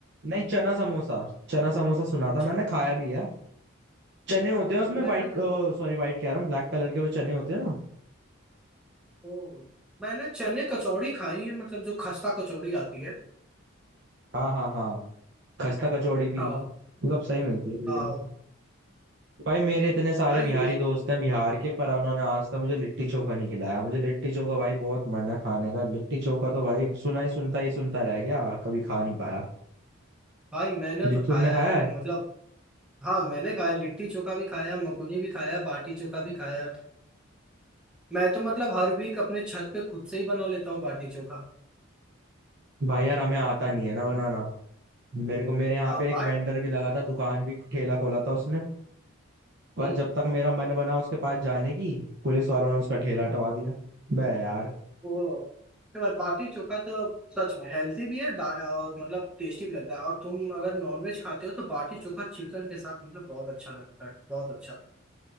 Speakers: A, on the right; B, in the centre.
A: नहीं चना समोसा चना समोसा सुना था
B: च-
A: मैंने खाया भी है चने होते हैं
B: ओ
A: उसमें
B: मैंने
A: वाइट सॉरी वाइट कह रहा हूँ ब्लैक कलर के वो चने होते हैं ना
B: ओ मैंने चने कचौड़ी खाई है मतलब जो खस्ता कचौड़ी आती है
A: हाँ हाँ हाँ खस्ता कचौड़ी भी
B: हाँ
A: मतलब सही मिलती है भैया
B: हाँ
A: भाई मेरे इतने सारे
B: भाई
A: बिहारी दोस्त हैं बिहार के पर उन्होंने आज तक मुझे लिट्टी चोखा नहीं खिलाया मुझे लिट्टी चोखा भाई बहुत मन है खाने का लिट्टी चोखा तो भाई सुना ही सुनता ही सुनता रह गया कभी खा नहीं पाया
B: भाई मैंने
A: लिट्टी
B: तो खाया
A: तुमने खाया
B: है मतलब हाँ मैंने खाया लिट्टी चोखा भी खाया मकुनी भी खाया बाटी चोखा भी खाया मैं तो मतलब हर वीक अपने छत पे खुद से ही बना लेता हूँ बाटी चोखा
A: भाई यार हमें आता नहीं है ना बनाना मेरे को मेरे यहाँ
B: आ,
A: पे एक
B: भाई
A: वेंडर भी लगा था दुकान भी ठेला खोला था उसने पर
B: हम्म
A: जब तक मेरा मन बना उसके पास जाने की पुलिस वालों ने उसका ठेला
B: हम्म।
A: हटवा दिया बे यार
B: वो मतलब बाटी चोखा तो सच में हेल्दी भी है डा- और मतलब टेस्टी भी लगता है और तुम अगर नॉनवेज खाते हो तो बाटी चोखा चिकन के साथ मतलब बहुत अच्छा लगता है बहुत अच्छा